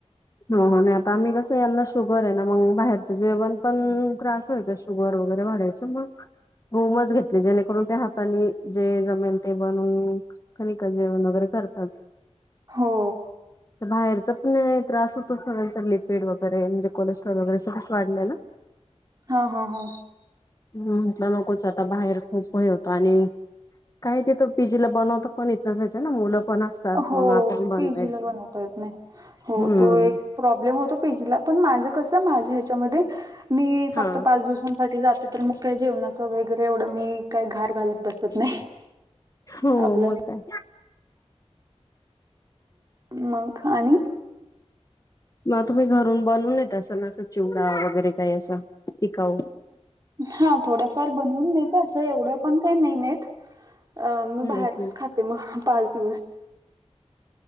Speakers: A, on the left; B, on the right.
A: हो नाही. आता आम्ही कसं यांना शुगर आहे ना मग बाहेरच जेवण पण त्रास व्हायचा शुगर वगैरे वाढयच. मग रूमच घेतले जेणेकरून ते हातानी जे जमेल ते बनून. कनिका जेवण वगैरे करतात.
B: हो
A: बाहेरचं चपने. त्रास होतोगचं लिपेड वगैरे म्हणजे कोलेस्ट्रॉल वगैरे सगळं वाढलेय ना.
B: हा हा हा
A: ह म्हटलं नकोच आता बाहेर खूप वय होत आणि काही तथ पीजीला बनवता पण येत नसायचं ना मुलं पण असतात
B: हो
A: मग आपण बनवायचं.
B: पीजीला बनवता येत हो
A: हम्म
B: तो एक प्रॉब्लेम होतो पेजीला पण माझं कस माझ्या ह्याच्यामध्ये. मी फक्त
A: हा
B: पाच दिवसांसाठी जाते. तर मग काही जेवणाच वगैरे एवढं मी काही घार घालत बसत नाही.
A: हो,
B: आपलं
A: मग काय?
B: मग आणि
A: म तुम्ही घरून बनवून नेता सगळं असं, चिवडा वगैरे काही असं, टिकाऊ
B: हा थोडंफार बनवून नेते असं, एवढं पण काय नाही नेत. अं मी
A: हम्म
B: बाहेरचच
A: हम्म
B: खाते मग पाच दिवस.